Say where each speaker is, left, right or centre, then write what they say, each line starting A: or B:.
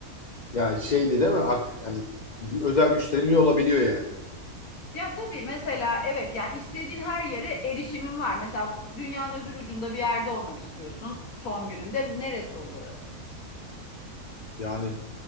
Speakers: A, on the left; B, on the left.
A: Yani şeydi değil mi? Artık yani bir özel güçlerim iyi olabiliyor yani.
B: Ya tabii mesela evet yani istediğin her yere erişimin var. Mesela dünyanın öbür ucunda bir yerde olmak istiyorsun son gününde neresi olur orası?
A: Yani